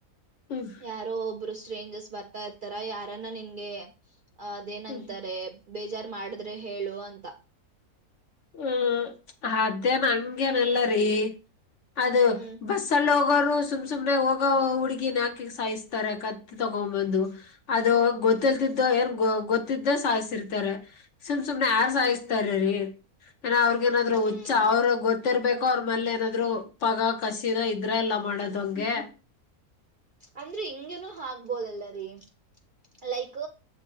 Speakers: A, on the left (about 60°); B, on the right (about 50°).
A: ಹ್ಮ್
B: ಯಾರೋ ಒಬ್ರು ಸ್ಟ್ರೇಂಜರ್ಸ್ ಬರ್ತಾ ಇರ್ತಾರ ಯಾರನ್ನ ನಿನ್ಗೆ ಅ ಅದೇನಂತಾರೆ
A: ಹ್ಮ್
B: ಬೇಜಾರ್ ಮಾಡಿದ್ರೆ ಹೇಳು ಅಂತ
A: ಹ್ಮ್ ಅಧ್ಯಾಹನ ಹಂಗೇನಲ್ಲರಿ ಅದು
B: ಹ್ಮ್
A: ಬಸ್ಸಲ್ಲಿ ಹೋಗೋರು ಸುಮ್ ಸುಮ್ನೆ ಹೋಗ ಹುಡ್ಗಿನ ಹಾಕಿ ಸಾಯಿಸ್ತಾರೆ ಕತ್ ತಗೊಬಂದು ಅದು ಗೊತ್ತಿಲ್ತಿದ್ದೋ ಏನ್ ಗೊತ್ತಿದ್ದೆ ಸಾಯಿಸಿರ್ತಾರೆ ಸುಮ್ ಸುಮ್ನೆ ಯಾರ್ ಸಾಯಿಸ್ತಾರೀ ಏನ ಅವ್ರಗ ಏನಾದ್ರು
B: ಹ್ಮ್
A: ಹುಚ್ಚ ಅವ್ರ ಗೊತ್ತಿರ್ಬೇಕ ಕ್ಕ ಅವ್ರ ಮೇಲೆ ಏನಾದ್ರು ಪಗ ಕಸೀದ ಇದ್ರ ಎಲ್ಲ ಮಾಡೋದ್ ಹಂಗೆ
B: ಅಂದ್ರೆ ಹಿಂಗೇನುೂ ಹಾಬೋದಲ್ಲ ರೀ ಲೈಕ್